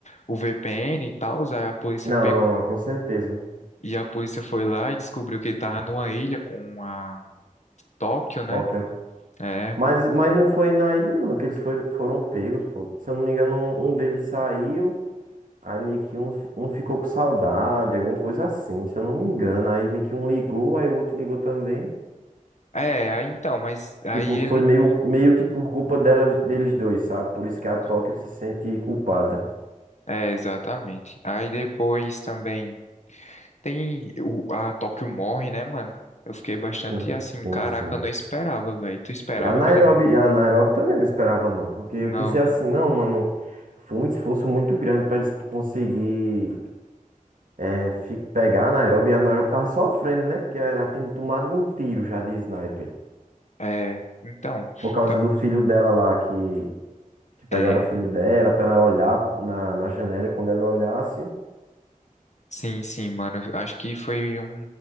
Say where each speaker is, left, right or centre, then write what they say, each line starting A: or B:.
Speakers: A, on the left; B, on the right.
A: o VPN e tal, aí a polícia
B: Não,
A: pegou,
B: não, com certeza.
A: e a polícia foi lá e descobriu que ele tava numa ilha com a Tóquio, né?
B: Tóquio.
A: É,
B: Mas, mas não foi na ilha, não, que eles foram, foram pegos, pô. Se eu não me engano, um, um deles saiu, aí meio que um, um ficou com saudade, alguma coisa assim, se eu não me engano. Aí meio que um ligou, aí o outro ligou também.
A: É, aí então, mas aí
B: Tipo,
A: ele.
B: foi meio, meio que por culpa dela, deles dois, sabe? Por isso
A: Então.
B: que a Tóquio se sente culpada.
A: É, exatamente. Aí depois também tem o, a Tóquio morre, né, mano? Eu fiquei bastante
B: Uhum.
A: assim,
B: Sim,
A: caraca,
B: sim.
A: eu não esperava, velho. Tu esperava
B: E a Nairobi,
A: que ela ia morrer?
B: e a Nairobi também eu não esperava, não, porque eu
A: Não,
B: pensei
A: não.
B: assim, não, mano, foi um esforço muito grande pra eles conseguir. É, fi- pegar a Nairobi, e a Nairobi tava sofrendo, né? Porque ela tinha tomado um tiro já de sniper.
A: é, então,
B: Por causa
A: tá-
B: do filho dela lá, que, que pegaram
A: é,
B: o filho dela pra ela olhar na, na janela e quando ela olhasse,
A: sim, sim, mano. eu Acho que foi um,